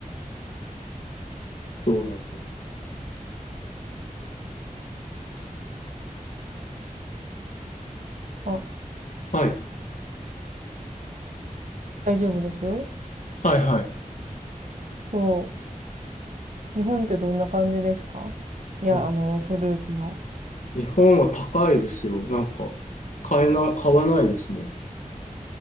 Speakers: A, on the left; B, on the right.
A: どうなんだろ
B: あ、
A: う。はい。
B: 大丈夫です
A: はいはい。
B: そう。日本ってどんな感じですかいや、
A: うん
B: あの、フルーツの。
A: 日本は高いですよ。なんか、買えな、買わないですもん。い